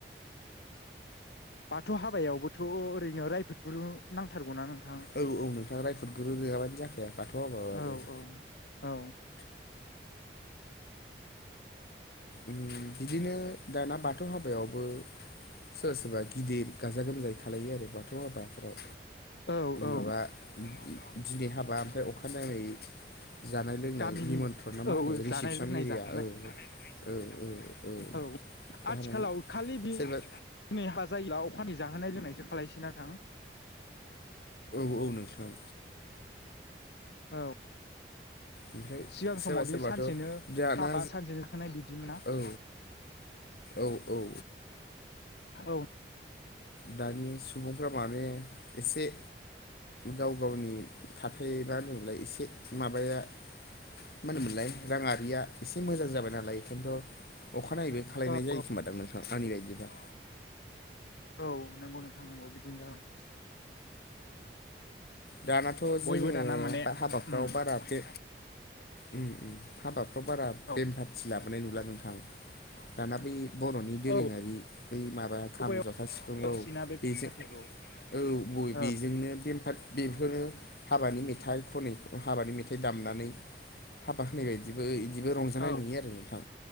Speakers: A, on the left; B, on the left.
A: बाथौ हाबायावबोथ' ओरैनो रायफोदगुरु नांथारगौना नोंथां
B: औ औ नोंथां रायफोदगुरु <unintelligible>
A: औ औ औ
B: उम बिदिनो दाना बाथौ हाबायावबो सोरबा सोरबा गिदिर गाजा गोमजायै खालायो आरो बाथौ हाबाफोराव
A: औ औ
B: माबा दिनै हाबा ओमफ्राय अखानाङै जानाय लोंनाय
A: गामिनि
B: निमन्थ्रन ना
A: औ
B: मा होनो
A: जानाय
B: रिसिपसन
A: लोंनाय
B: एरिया
A: जाहोनाय
B: ओ ओ ओ ओ
A: औ
B: जाहोनाय
A: आथिखालाव खालि बे
B: सोरबा
A: <unintelligible>
B: औ औ नोंथां
A: औ
B: ओमफ्राय
A: सिगां
B: सोरबा
A: समावदि
B: सोरबाथ'
A: सानसेनो
B: दाना
A: हाबा सानसेनो थांनाय बिदि <unintelligible>
B: औ औ औ
A: औ
B: दानि सुबुंफ्रा माने एसे गाव गावनि थथाय <unintelligible> एसे माबाया मा होनोमोनलाय राङारिया एसे मोजां जाबाय नालाय खिन्थु अखानायैबो खालायनाय
A: औ
B: जायोखोमा
A: औ
B: दां नोंथां आंनि बायदिबा
A: औ नोंगौ नोंथां नोंगौ बिदिनो जागोन
B: दानाथ' जोङो
A: बयबो दाना माने
B: बा हाबा फ्राव
A: उम
B: बारा बे उम उम हाबाफ्राव बारा
A: औ
B: बेम फाथि ला बोनाय नुला नोंथां दाना बै बर'नि दोरोङारि
A: औ
B: बै माबा खाम
A: बबेयाव
B: जथा सि फुं
A: रोंसैना
B: औ
A: बे
B: बेजों
A: बेम पार्टिखौ
B: औ बय बेजोंनो
A: औ
B: बेमफा बेफोरो हाबानि मेथाइ खनै हाबानि मेथाइ दामनानै बाखनाय बायदिबो बिदिबो रंजानाय
A: औ
B: नुयो आरो नोंथां